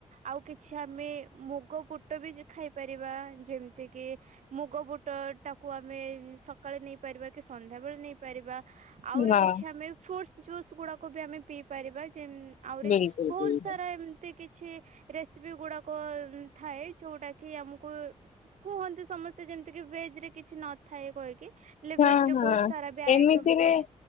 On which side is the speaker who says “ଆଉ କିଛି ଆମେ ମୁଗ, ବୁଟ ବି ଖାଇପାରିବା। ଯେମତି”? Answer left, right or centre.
Right